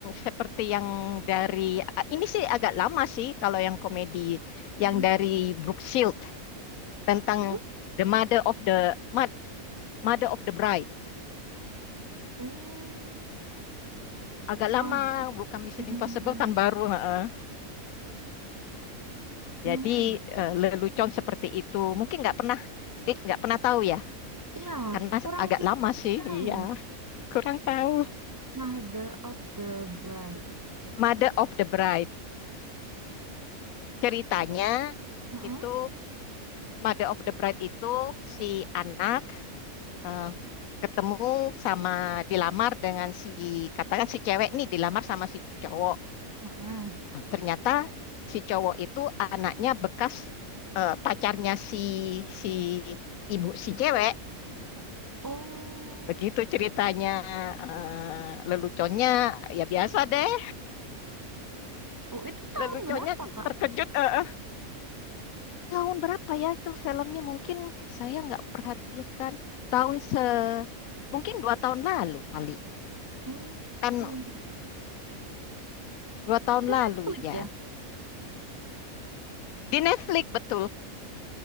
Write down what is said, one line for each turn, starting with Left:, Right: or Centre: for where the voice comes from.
Left: seperti yang dari ah, ini sih agak lama sih kalau yang komedi
Right: Mm-mm.
Left: yang dari Brooke Shield tentang
Right: Uh,
Left: The Mother of the Ma- Mother of the Bride
Right: uh,
Left: agak lama
Right: mother
Left: bukan Mission
Right: mm mm
Left: Impossible kan baru Heeh.
Right: Yang
Left: Jadi
Right: mother
Left: eh, lelucon seperti itu. Mungkin nggak pernah, eh, nggak pernah tahu ya,
Right: Iya,
Left: karena
Right: kurang
Left: agak lama sih.
Right: tahu.
Left: Iya, kurang tahu.
Right: Mother of the Bride.
Left: Mother of the Bride. Ceritanya
Right: Uh, mm-mm.
Left: itu Mother of the Bride itu si anak eh, ketemu sama dilamar dengan si katakan si cewek nih dilamar sama si cowok.
Right: Mm-mm.
Left: Ternyata si cowok itu anaknya bekas eh, pacarnya si si ibu si cewek.
Right: Oh.
Left: Begitu ceritanya eh, leluconnya ya biasa deh.
Right: Oh, itu tahun
Left: Leluconnya
Right: berapa,
Left: ke-
Right: Kak?
Left: terkejut. eh, eh. Tahun berapa ya itu filmnya? Mungkin saya nggak perhatikan. Tahun se mungkin dua tahun lalu kali.
Right: Oh,
Left: Kan
Right: iya.
Left: dua tahun
Right: Itu Netflix
Left: lalu ya. Di Netflix betul.
Right: ya?